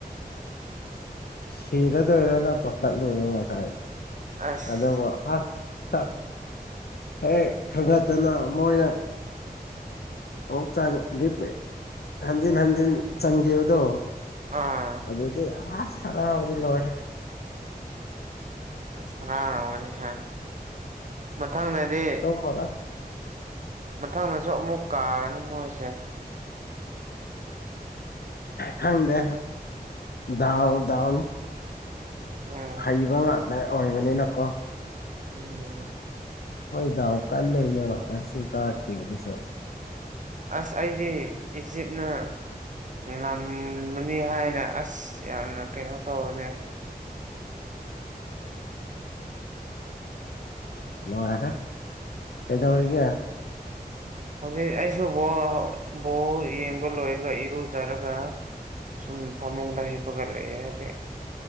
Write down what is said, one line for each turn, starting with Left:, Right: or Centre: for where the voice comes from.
Left: ꯁꯤꯔꯗꯣꯏꯔꯅ ꯄꯈꯠꯂꯨꯔꯦ ꯉꯁꯥꯏ
Right: ꯑꯁ
Left: ꯑꯗꯨꯕꯨ ꯑꯁ ꯑꯦ ꯈꯪꯒꯠꯇꯅ ꯃꯣꯏꯅ ꯑꯣ <unintelligible> ꯍꯟꯖꯤꯟ ꯍꯟꯖꯤꯟ ꯆꯪꯈꯤꯕꯗꯣ
Right: ꯑꯥ
Left: ꯑꯗꯨꯗꯤ ꯑꯁ ꯍꯔꯥꯎꯕꯗꯤ ꯂꯣꯏꯔꯦ
Right: ꯍꯔꯥꯎꯔꯥꯝꯒꯅꯤꯍꯦ ꯃꯊꯪꯗꯗꯤ
Left: ꯇꯨꯝꯃꯥꯔꯣꯏ
Right: ꯃꯊꯪꯗꯁꯨ ꯑꯃꯨꯛ ꯀꯥꯒꯅꯤ ꯃꯣꯏꯁꯦ
Left: ꯈꯪꯗꯦ ꯗꯥꯎ ꯗꯥꯎꯅꯤ
Right: ꯎꯝ
Left: ꯍꯩꯕ ꯉꯥꯛꯇ ꯑꯣꯏꯕꯅꯤꯅꯀꯣ
Right: ꯎꯝ
Left: ꯃꯣꯏ ꯗꯥꯎ ꯀꯥꯟꯕꯩꯅꯦꯕ ꯉꯁꯤ ꯀꯥꯈꯤꯕꯗꯨꯁꯨ
Right: ꯑꯁ ꯑꯩꯗꯤ ꯏꯖꯤꯞꯅ ꯉꯝꯃꯅꯤ ꯍꯥꯏꯅ ꯑꯁ ꯌꯥꯝꯅ ꯀꯩꯅꯣ ꯇꯧꯕꯅꯦ
Left: ꯅꯔꯦ ꯀꯗꯕꯒ
Right: ꯍꯧꯛ ꯑꯩꯁꯨ ꯕ ꯕꯣ ꯌꯦꯡꯕ ꯂꯣꯏꯔꯒ ꯏꯔꯨꯖꯔꯒ ꯁꯨꯝ ꯐꯃꯨꯡꯗ ꯍꯩꯄꯒꯂꯑꯦ ꯍꯥꯏꯒꯦ